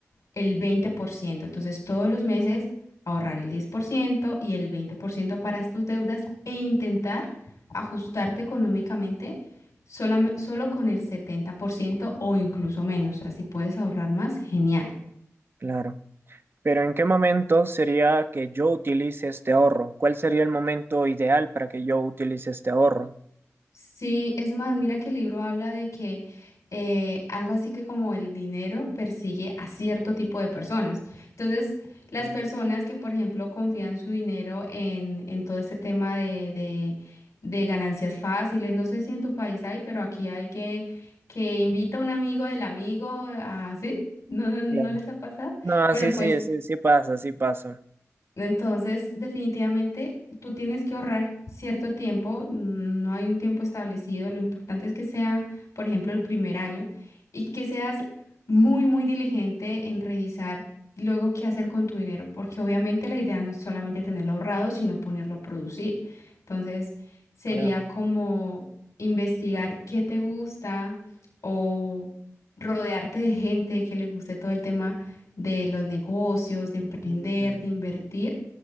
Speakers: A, on the left (about 85°); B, on the right (about 45°).
A: el 20%. Entonces, todos los meses ahorrar el 10% y el 20% para tus deudas e intentar ajustarte económicamente solam- solo con el 70% o incluso menos. Así puedes ahorrar más, genial.
B: Claro. Pero ¿en qué momento sería que yo utilice este ahorro? ¿Cuál sería el momento ideal para que yo utilice este ahorro?
A: Sí, es más, mira que el libro habla de que eh, algo así que como el dinero persigue a cierto tipo de personas. Entonces, las
B: Mm,
A: personas que, por ejemplo, confían su dinero en, en todo este tema de, de, de ganancias fáciles, no sé si en tu país hay, pero aquí hay que, que invita a un amigo del amigo, así, ¿No, no, no
B: Claro.
A: les ha pasado?
B: No,
A: Bueno,
B: sí, sí,
A: pues
B: sí, sí pasa, sí pasa.
A: entonces, definitivamente, tú tienes que ahorrar cierto tiempo, mm, no hay un tiempo establecido, lo importante es que sea, por ejemplo, el primer año y que seas muy, muy diligente en revisar luego qué hacer con tu dinero, porque obviamente la idea no es solamente tenerlo ahorrado, sino ponerlo a producir. Entonces, sería
B: Claro.
A: como investigar qué te gusta o rodearte de gente que le guste todo el tema de los negocios, de emprender,
B: Mm.
A: de invertir,